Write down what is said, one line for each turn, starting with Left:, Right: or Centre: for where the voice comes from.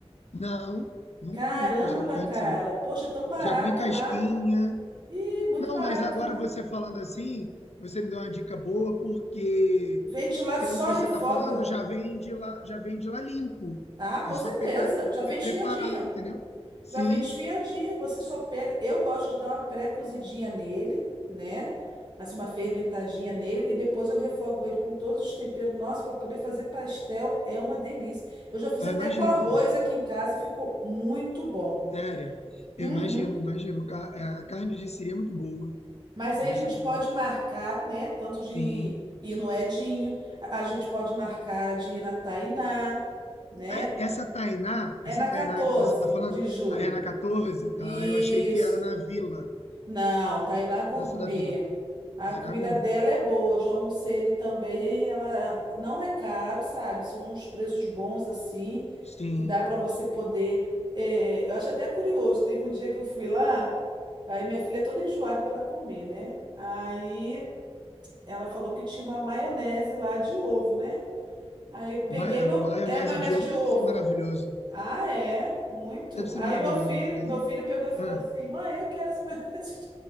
Left: Não, nunca
Right: Caramba,
Left: comi pastel de carne
Right: cara.
Left: de siri.
Right: Poxa, é tão barato
Left: Já comi casquinha.
Right: lá. Ih, muito
Left: Não,
Right: barato
Left: mas agora
Right: lá.
Left: você falando assim, você me deu uma dica boa, porque
Right: Vende lá,
Left: pelo
Right: só
Left: que você
Right: refoga.
Left: está falando, já vem de lá, já vem de lá limpo.
Right: Ah, com
Left: É só
Right: certeza.
Left: pegar e,
Right: Já vem
Left: e preparar,
Right: desfiadinho.
Left: entendeu? Sim,
Right: Já vem desfiadinho. Você só pega. Eu gosto de dar uma pré-cozidinha nele, né? Assim, uma ferventadinha nele. E depois eu refogo ele com todos os temperos. Nossa, para poder fazer pastel é uma delícia. Eu já fiz
Left: eu
Right: até
Left: imagino,
Right: com arroz
Left: pô.
Right: aqui em casa e ficou muito bom.
Left: Sério, eu
Right: Uhum.
Left: imagino, imagino. Ca- A carne de siri é muito boa.
Right: Mas aí
Left: Ela
Right: a
Left: é
Right: gente
Left: saborosa.
Right: pode marcar, né? Tanto de
Left: Sim.
Right: ir no Edinho, a a gente pode marcar de ir na Tainá, né?
Left: Ah, Essa Tainá,
Right: É
Left: essa
Right: na
Left: Tainá
Right: 14
Left: que você está falando,
Right: de julho.
Left: é na 14?
Right: Isso,
Left: Ah, eu achei que era na Vila,
Right: Não, Tainá Gourmet.
Left: Praça da Vila.
Right: A
Left: Tainá
Right: comida
Left: Gourmet.
Right: dela é
Left: tá.
Right: boa, eu já almocei ele também. E ela não é caro, sabe? São uns preços bons assim,
Left: Sim.
Right: que dá para você poder. eh, eu acho até curioso. Teve um dia que eu fui lá, aí minha filha é toda enjoada para comer, né? Aí ela falou que tinha uma maionese lá de ovo, né? Aí eu peguei
Left: Ma- é,
Right: meu.
Left: maionese
Right: É maionese
Left: de ovo
Right: de
Left: deve
Right: ovo.
Left: ser maravilhoso.
Right: Ah, é? Muito.
Left: Deve ser
Right: Aí
Left: maravilhoso,
Right: meu filho,
Left: maionese
Right: meu
Left: de
Right: filho
Left: ovo.
Right: pegou e falou
Left: Ah,
Right: assim: mãe, eu quero essa <laughs> maionese